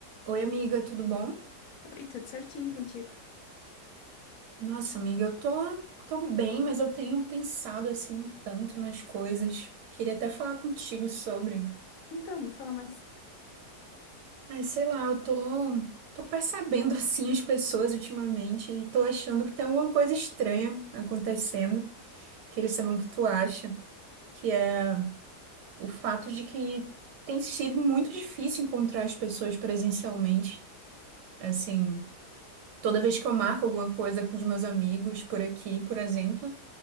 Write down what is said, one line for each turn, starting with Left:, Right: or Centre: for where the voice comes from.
Right: Oi, amiga, tudo bom?
Left: Oi, tudo certinho contigo?
Right: Nossa, amiga, eu tô, tô bem, mas eu tenho pensado assim tanto nas coisas. Queria até falar contigo sobre.
Left: Então, me fala mais.
Right: Ai, sei lá, eu tô, tô percebendo <laughs> assim as pessoas ultimamente e tô achando que tem alguma coisa estranha acontecendo. Queria saber o que tu acha, que é o fato de que tem sido muito difícil encontrar as pessoas presencialmente. Assim, toda vez que eu marco alguma coisa com os meus amigos por aqui, por exemplo.